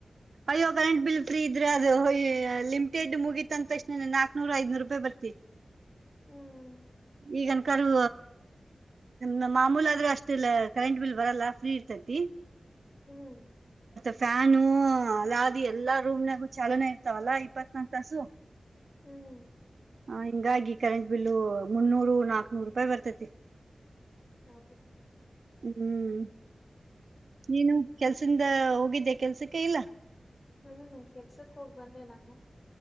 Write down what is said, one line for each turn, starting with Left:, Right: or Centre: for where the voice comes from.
Right: ಅಯ್ಯೋ ಕರೆಂಟ್ ಬಿಲ್ ಫ್ರೀ ಇದ್ರೆ ಅದು ಲಿಮಿಟೆಡ್ ಮುಗೀತ ಅಂತಕ್ಷ ನ ನಾಕ್ನೂರು ಐದನೂರ ರೂಪಾಯಿ ಬರ್ತಿ.
Left: ಹ್ಮ್
Right: ಈಗನಕರು ನಮ್ ಮಾಮೂಲ ಆದ್ರ ಅಷ್ಟಲ್ಲ ಕರೆಂಟ್ ಬಿಲ್ ಬರಲ್ಲ ಫ್ರೀ ಇರ್ತೈತಿ.
Left: ಹ್ಮ್.
Right: ಮತ್ತೆ ಫಾನ ಅಲ್ಲಾದಿ ಎಲ್ಲಾ ರೂಮ್ನಾಗು ಚಾಲೋನ ಇರ್ತಾವಲ್ಲಾ ಇಪ್ಪತ್ ನಕ ತಾಸು.
Left: ಹ್ಮ್.
Right: ಹ ಹಿಂಗಾಗಿ ಕರೆಂಟ್ ಬಿಲ್ಲು ಮುನ್ನೂರು ನಾಕ್ನೂರು ರೂಪಾಯಿ ಬರ್ತತಿ.
Left: ಹೌದು
Right: ಹ್ಮ್ ನೀನು ಕೆಲ್ಸಿಂದ ಹೋಗಿದ್ದೆ ಕೆಲ್ಸಕ್ಕೆ ಇಲ್ಲ.
Left: ಹ್ಮ್ ಕೆಲ್ಸಕ್ ಹೋಗ್ ಬಂದೆ ನಾನು